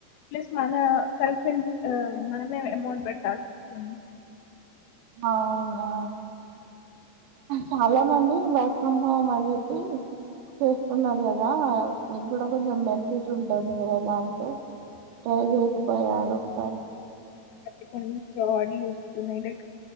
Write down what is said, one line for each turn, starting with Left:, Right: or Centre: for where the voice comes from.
Left: ప్లస్ మన సెల్ఫ్ ఆ మనమే అమౌంట్ పెట్టాల్సి వస్తుంది
Right: అవును చాలా మంది వర్క్ ఫ్రమ్ హోమ్ అని చెప్పి చేసుకున్నరు కదా మీకు కూడా కొంచెం బెనిఫిట్ ఉంటుంది కదా దాంతో ట్రై చేయకపోయారు సారీ
Left: ట్టి కొన్ని ఫ్రాడియ్యి వస్తున్నాయి లైక్